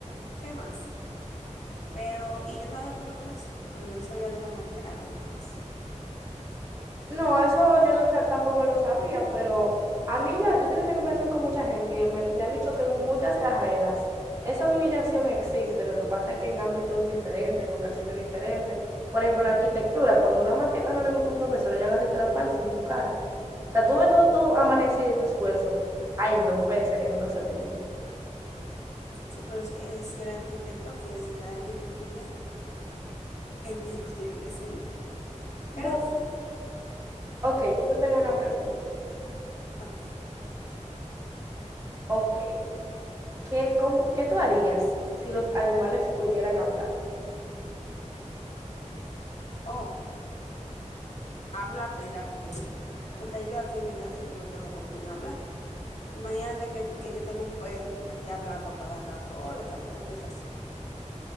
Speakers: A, on the left; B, on the right.
A: ¿Qué más? Pero, y yo estaba de acuerdo con eso, pero yo no sabía de los maltratos ni nada. de eso.
B: No, eso yo o sea, tampoco lo sabía, pero a mí ya, yo tengo esta conversación con mucha gente y me, me han dicho que en muchas carreras esa humillación existe, lo que pasa es que en ámbitos diferentes, en ocasiones diferentes, por ejemplo, en la arquitectura, cuando una maqueta no le gusta a un profesor, ya agarraste la parte en tu cara. O sea, tú ves todo tu amanecido y tu esfuerzo, ahí rompese en dos segundos.
A: Sí, pero es- eh, si el arquitecto quiere, se queda arquitecto y ya. En México <laughs> tiene que seguir. Pero
B: Mo,
A: en fin,
B: ok, yo te tengo una pregunta.
A: ok.
B: Ok, ¿qué, cómo- qué tú harías si los animales pudieran hablar?
A: Oh, habla pila con ellos. Porque yo aquí en mi casa yo no tengo con quién hablar. Imagínate que, que yo tengo un perro y que me esté hablando cada rato, oh, le saco conversación.